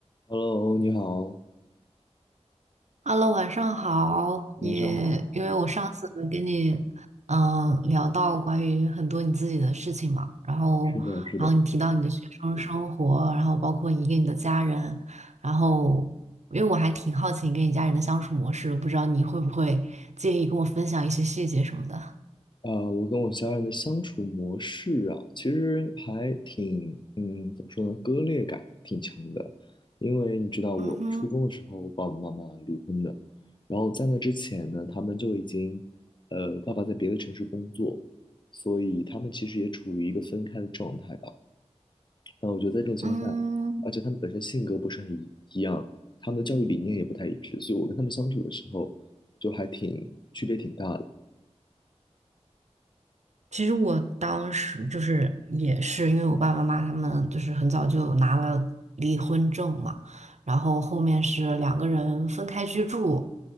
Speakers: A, on the left; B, on the right.
A: Hello，你好。
B: Hello，晚上好。
A: 晚上好，
B: 你因为我上次跟你嗯、呃聊到关于很多你自己的事情嘛，然后然后你提到你的学生生活，
A: 是的，是的。
B: 然后包括你跟你的家人，然后因为我还挺好奇你跟你家人的相处模式的，不知道你会不会介意跟我分享一些细节什么的？
A: 啊、我跟我家人的相处模式啊，其实还挺，嗯，怎么说呢，割裂感挺强的。因为你知道，我初中的时候，
B: 嗯哼，
A: 我爸爸妈妈离婚的，然后在那之前呢，他们就已经，呃，爸爸在别的城市工作，所以他们其实也处于一个分开的状态吧。但我觉得在这种情况下，
B: 嗯。
A: 而且他们本身性格不是很一一样，他们的教育理念也不太一致，所以我跟他们相处的时候就还挺区别挺大的。
B: 其实我当时就是也是因为我爸爸妈妈他们就是很早就拿了离婚证嘛，然后后面是两个人分开居住